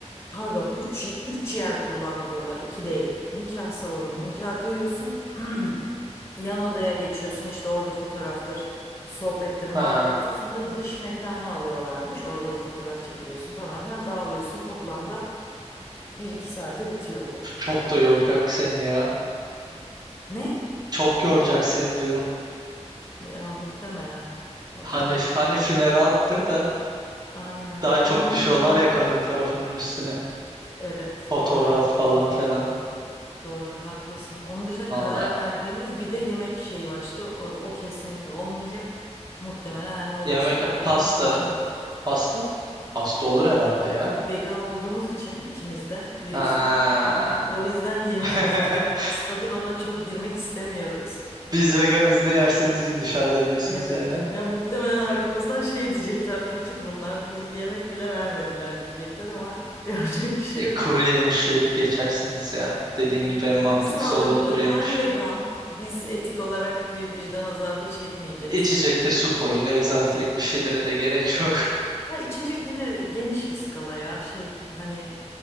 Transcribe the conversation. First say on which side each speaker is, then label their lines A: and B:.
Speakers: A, on the left; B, on the right.
A: pardon üç üç yer kullandırıyorlar, 2 değil. Nikah salonunda nikah kıyıyorsun. <clears throat> Yan odaya geçiyorsun işte orada fotoğraftır, sohbettir, muhabbettir.
B: Ha,
A: Sonra dış mekana alıyorlarmış. Orada da fotoğraf çekiliyorsun falan filan dağılıyorsun. Toplamda bir iki saate bitiyor bu
B: çok
A: şey.
B: da yoracak seni ya.
A: Ne?
B: Çok yoracak seni diyorum.
A: Ya muhtemelen. Bakalım.
B: Hani hani finere attır da
A: Aynen.
B: daha çok
A: Onun
B: düşüyorlar
A: dışında
B: ya kadın tarafının üstüne.
A: evet
B: Fotoğraf
A: doğru
B: falan
A: doğru
B: filan.
A: doğru haklısın. Onun dışında
B: Valla.
A: karar verdiğimiz bir de yemek şeyi var işte o, o kesinlikle olmayacak. Muhtemelen hani olursa
B: Yemek
A: kuru yemiş
B: pasta
A: falan olur.
B: pasta pasta olur herhalde ya.
A: Bir vegan olduğumuz için ikimiz de biliyorsun.
B: Ha.
A: O yüzden yemektir,
B: <laughs>
A: pastadır ona çok girmek istemiyoruz.
B: Biz veganız ne yerseniz yiyin dışarıda diyorsunuz
A: Evet.
B: yani.
A: Ya muhtemelen arkamızdan şey diyecekler. Fakir bunlar. Bir yemek bile vermediler diyecekler ama <laughs> yapacak bir şey
B: E,
A: yok.
B: kuru yemiş verip geçersiniz ya. Dediğin
A: Evet.
B: gibi en mantıklısı
A: Hem sağlıklı
B: olur kuru yemiş.
A: hem vegan. Biz etik olarak bir vicdan azabı çekmeyeceğiz.
B: İçecekte su koyun. Egzantrik bir şeylere de gerek yok. <laughs>
A: Ya içecek yine geniş bir skala ya. Şey hani